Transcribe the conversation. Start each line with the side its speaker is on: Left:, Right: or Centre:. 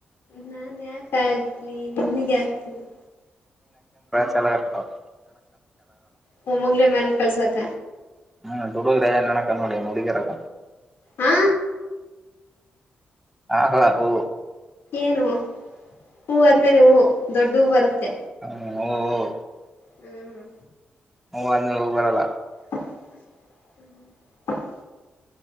Left: ನಾನ್ ಯಾಕ ಆಗ್ಲಿ ನಿಮಗೆ ಆಗ್ತನನೆ
Centre: ಚನ್ನಗಿ
Left: ಹ್ಮ್ ಮುಂದೆ ಮೇಲ್ ಕಳ್ಸಕ
Centre: ಹ್ಮ್ ತೊಡುಗ್ರನ್ನ ನನಕ್ಕಡ ಮುಡಿಕರಕ್ಕ
Left: ಹಾ
Centre: ಹಲ ಓ
Left: ಏನು ಹೂ ಆದ್ಮೇಲೆ ಹೂ ದೊಡ್ಡ ಹೂ ಬರುತ್ತೆ
Centre: ಹ್ಮ
Left: ಹ್ಮ್ ಹ್ಮ
Centre: ಓ ಅಂದು ರವ
Left: ಹ್ಮ